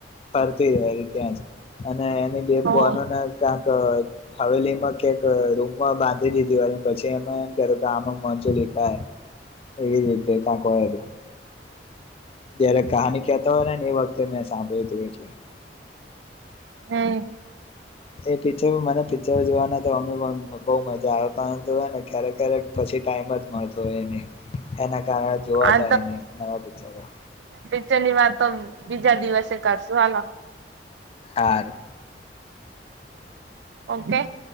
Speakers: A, on the left; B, on the right.
A: ફરતી રહે એ ત્યાં જ અને એની બે
B: હોવે
A: બોનોને ક હવેલીમાં કક રૂમમાં બાંધી દીધી અને પછી એમાં એમ કર કે આમાં મજુ લી <inaudible> એવી રીતે કકું જયારે કહાની કેતો હોયને એ વખતે મેં સાંભળ્યું અતું એટલે.
B: હમ.
A: એ પિક્ચરો મને પિક્ચર જોવાના તો અમે પણ મ બૌ મજા આવે પરંતુ હને ક્યારેક ક્યારેક પછી. એ ટાઈમ જ મળતો હોય એને એના કારણે જોવાતા
B: આ
A: એને નવા પિક્ચરો.
B: ચ્ચેની વાતતો બીજા દિવસે કરશુ હાલો.
A: હારૂ.
B: ઓમટેક.